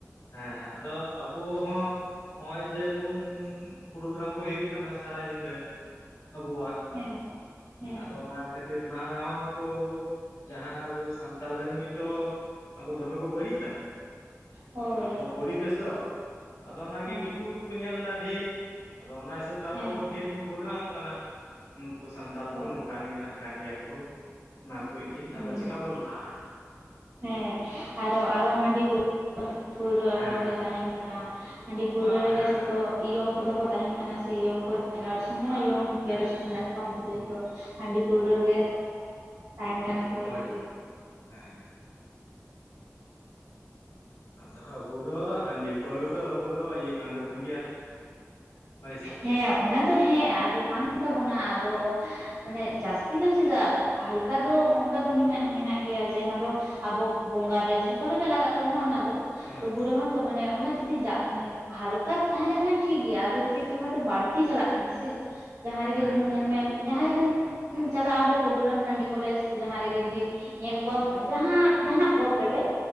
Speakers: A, on the left; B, on the right.
A: ᱦᱮᱸ ᱟᱫᱚ ᱟᱵᱚ ᱦᱚᱸ ᱱᱚᱜ ᱚᱭ ᱡᱮᱵᱩᱱ ᱯᱨᱳᱜᱨᱟᱢ ᱠᱚ ᱦᱚ ᱦᱩᱭᱩᱜ ᱠᱟᱱᱟ ᱥᱟᱨᱟ ᱧᱤᱫᱟᱹ ᱟᱵᱩᱣᱟᱜ
B: ᱦᱮᱸ ᱦᱮᱸ
A: ᱟᱫᱚ ᱚᱱᱟ ᱠᱷᱟᱹᱛᱤᱨ ᱚᱱᱟ ᱨᱮᱦᱚᱸ ᱩᱱᱠᱩ ᱟᱵᱚ ᱡᱟᱦᱟᱸ ᱟᱵᱚ ᱥᱟ ᱛᱟᱞ ᱨᱮᱱ ᱜᱮᱛᱚ ᱫᱚᱢᱮ ᱠᱚ ᱵᱟᱹᱲᱤᱡ ᱮᱫᱟ᱾
B: ᱦᱳᱭ
A: ᱟᱵᱚᱣᱟᱜ ᱯᱚᱨᱤᱵᱮᱥ ᱫᱚ ᱟᱫᱚ ᱚᱱᱟᱜᱮ
B: ᱦᱮᱸ
A: ᱫᱤᱠᱩ ᱠᱚ ᱧᱮᱞ ᱮᱫᱟ ᱰᱷᱤᱨ ᱟᱫᱚ ᱚᱱᱟ ᱦᱤᱥᱟᱹᱵᱽ ᱛᱮ ᱟᱨᱚ
B: ᱦᱮᱸ
A: ᱰᱷᱤᱨ ᱵᱚᱱ ᱵᱚᱫᱱᱟᱢᱚᱜ ᱠᱟᱱᱟ ᱱᱩᱠᱩ ᱥᱟᱱᱛᱟᱞ ᱫᱚᱠᱚ
B: ᱦᱳᱭ
A: ᱱᱚᱝᱠᱟᱱ ᱜᱮᱭᱟ ᱦᱟᱝᱠᱟᱱ ᱜᱮᱭᱟ ᱠᱚ ᱚᱱᱟ ᱠᱚ ᱜᱮ
B: ᱦᱩᱸ
A: ᱟᱫᱚ ᱪᱮᱠᱟ ᱵᱚᱱ ᱞᱟᱦᱟᱜᱼᱟ᱾
B: ᱦᱮᱸ ᱟᱨᱚ ᱟᱨᱚ ᱦᱟᱺᱰᱤ ᱯᱟᱣ ᱯᱩᱣᱨᱟᱹ ᱟᱨᱚ
A: ᱦᱮᱸ
B: ᱚᱸᱰᱮ ᱛᱟᱦᱮᱱ ᱠᱟᱱᱟ᱾ ᱦᱟᱺᱰᱤ ᱯᱟᱹᱣᱨᱟᱹ
A: ᱵᱟ
B: ᱨᱮᱜᱮ
A: ᱦᱮᱸ
B: ᱡᱷᱚᱛᱚ ᱤᱭᱚᱝ ᱠᱚᱫᱚ ᱠᱚ ᱛᱟᱦᱮᱱ ᱠᱟᱱᱟ ᱥᱮ ᱤᱭᱚᱝ ᱠᱚ ᱡᱮᱱᱟᱨᱮᱥᱚᱱ ᱡᱟᱦᱟᱸ
A: ᱵᱟ
B: ᱤᱭᱚᱝ ᱡᱮᱱᱟᱨᱮᱥᱚᱱ
A: ᱦᱮᱸ
B: ᱦᱮᱱᱟᱜ ᱠᱚᱣᱟ ᱩᱱᱠᱩ ᱫᱚ ᱡᱚᱛᱚ ᱦᱟᱺᱰᱤ ᱯᱟᱹᱣᱨᱟᱹ ᱨᱮᱜᱮ ᱛᱟᱦᱮᱱ ᱠᱟᱱᱟ ᱠᱚ
A: ᱦᱳᱭ
B: ᱟᱨᱠᱤ᱾
A: ᱦᱮᱸ ᱟᱫᱚ ᱟᱵᱚ ᱫᱚ ᱦᱟᱺᱰᱤ ᱯᱟᱹᱣᱨᱟᱹ ᱫᱚ ᱟᱵᱚᱣᱟᱜ ᱫᱚ ᱤᱭᱟᱹ ᱠᱟᱱ ᱛᱟᱵᱚᱱ ᱜᱮᱭᱟ᱾ ᱦᱳᱭ ᱥᱮ
B: ᱦᱮᱸ ᱚᱱᱟ ᱫᱚ ᱦᱮᱸ ᱟᱫᱚ ᱠᱟᱱ ᱛᱟᱵᱚᱱᱟ ᱟᱫᱚ ᱢᱟᱱᱮ ᱡᱟᱹᱥᱛᱤ ᱫᱚ ᱪᱮᱫᱟᱜ ᱦᱟᱞᱠᱟ ᱫᱚ ᱚᱱᱠᱟ ᱫᱚ ᱢᱮᱱᱟᱜ ᱜᱮᱭᱟ ᱡᱮ ᱫᱚ ᱟᱵᱚ ᱵᱚᱸᱜᱟ ᱨᱮ ᱡᱷᱚᱛᱚ ᱨᱮᱜᱮ ᱞᱟᱜᱟᱜ ᱛᱟᱵᱚᱱᱟ ᱚᱱᱟ
A: ᱦᱮᱸ
B: ᱛᱚᱵᱩᱨᱮ ᱦᱚᱸᱛᱚ ᱢᱟᱱᱮ ᱚᱱᱟ ᱡᱩᱫᱤ ᱡᱟ ᱦᱟᱞᱠᱟ ᱛᱟᱦᱮᱸ ᱞᱮᱱᱠᱷᱟᱱ ᱴᱷᱤᱠ ᱜᱮᱭᱟ ᱟᱫᱚ ᱡᱩᱫᱤ <inaudible> ᱫᱚ ᱵᱟᱹᱲᱛᱤ ᱪᱟᱞᱟᱜ ᱠᱟᱱᱟ ᱥᱮ ᱡᱟᱦᱟᱸ ᱨᱮᱜᱮ
A: ᱦᱮᱸ
B: ᱡᱮᱢᱚᱱ ᱧᱮᱞ ᱢᱮ ᱡᱟᱦᱟᱸ ᱨᱮᱜᱮᱢ ᱪᱟᱞᱟᱜᱼᱟ ᱚᱸᱰᱮ ᱯᱨᱳᱜᱨᱟᱢ ᱴᱟᱺᱰᱤ ᱠᱚᱨᱮ ᱥᱮ ᱡᱟᱦᱟᱸ ᱨᱮᱜᱮ ᱡᱩᱫᱤ ᱧᱮᱞ ᱠᱚᱣᱟᱢ ᱡᱟᱦᱟᱸ ᱡᱟᱦᱟᱱᱟᱜ ᱯᱚᱨᱚᱵᱽ ᱨᱮᱜᱮ